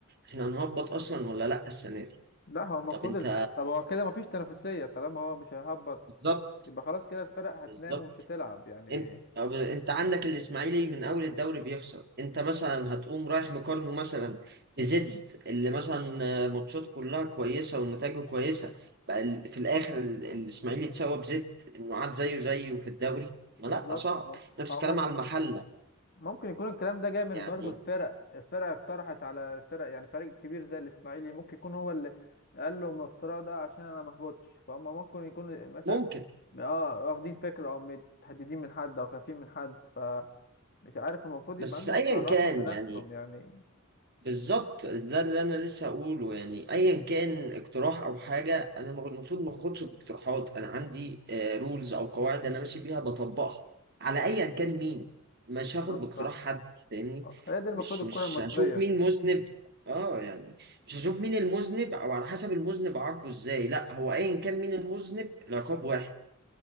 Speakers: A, on the right; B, on the left.
A: احنا هنهبط اصلا ولا لا السنه دي
B: لا هو المفروض
A: طب انت
B: الف... طب هو كده مفيش تنافسية طالما هو مش هيهبط
A: بالظبط
B: يبقى خلاص كده الفرق هتنام
A: بالظبط
B: ومش هتلعب يعني
A: انت طب انت عندك الاسماعيلي من اول الدوري بيخسر انت مثلا هتقوم رايح مقارنه مثلا بزد اللي مثلا ماتشاته كلها كويسه ونتائجه كويسه بقى ال- في الاخر ال- الاسماعيلي اتساوى بزد انه قعد زيه زيه في الدوري ما
B: بالظبط
A: لا صعب
B: اه
A: نفس
B: هو
A: الكلام
B: مم-
A: على المحله
B: ممكن يكون الكلام ده جاي من
A: يعني
B: برضو الفرق الفرق اقترحت على الفرق يعني فريق كبير زي الاسماعيلي ممكن يكون هو اللي قال لهم الاختراع ده عشان انا ما اهبطش فهم ممكن يكون مثلا
A: ممكن
B: اه واخدين فكرة او متهددين من حد او خايفين من حد فمش عارف المفروض
A: بس
B: يبقى عندهم
A: ايا
B: قراراتهم
A: كان
B: بنفسهم
A: يعني
B: يعني
A: بالظبط ده اللي انا لسه هقوله يعني ايا كان اقتراح او حاجه انا مغ- المفروض ما اخدش باقتراحات انا عندي رولز او قواعد انا ماشي بيها بطبقها على ايا كان مين مش
B: بالظبط
A: هاخد باقتراح
B: صح
A: حد فاهمني
B: هي دي المفروض
A: مش
B: الكرة
A: مش
B: المصرية
A: هشوف مين مذنب اه يعني مش هشوف مين المذنب او على حسب المذنب عاقبه ازاي لا هو ايا كان مين المذنب العقاب واحد